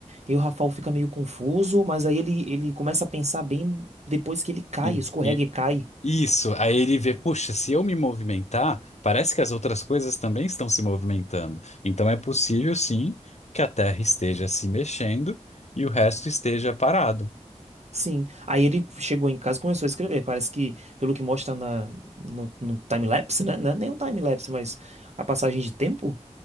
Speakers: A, on the right; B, on the left.
A: e o Rafael fica meio confuso, mas aí ele, ele começa a pensar bem depois que ele cai,
B: E,
A: escorrega
B: e-
A: e cai.
B: isso, aí ele vê, puxa, se eu me movimentar, parece que as outras coisas também estão se movimentando. Então é possível, sim, que a Terra esteja se mexendo e o resto esteja parado.
A: Sim. Aí ele chegou em casa e começou a escrever. Parece que, pelo que mostra na, no, no time-lapse, né? Não é nem um time-lapse, mas a passagem de tempo.